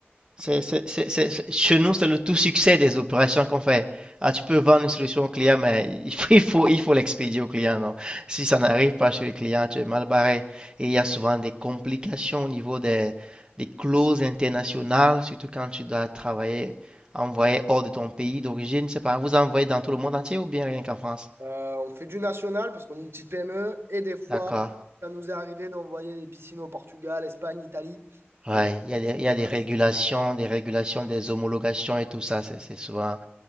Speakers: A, on the right (about 20°); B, on the right (about 70°).
A: c'est, c'est- c'est- c'est- c'est- chez nous, c'est le tout succès des opérations qu'on fait. Ah, tu peux vendre une solution au client, mais <laughs> il faut, il faut, il faut l'expédier au client. non. Si ça n'arrive pas chez le client, tu es mal barré. Et il y a souvent des complications au niveau des, des clauses internationales, surtout quand tu dois travailler, envoyer hors de ton pays d'origine. C'est pas, vous envoyez dans tout le monde entier ou bien rien qu'en France?
B: Euh, on fait du national parce qu'on est une petite PME. Et des fois,
A: D'accord.
B: ça nous est arrivé d'envoyer des piscines au Portugal, Espagne, Italie.
A: Ouais,
B: Mais on-
A: il y a des, il
B: on
A: y a
B: reste-
A: des régulations, des régulations, des homologations et tout ça. C'est c'est souvent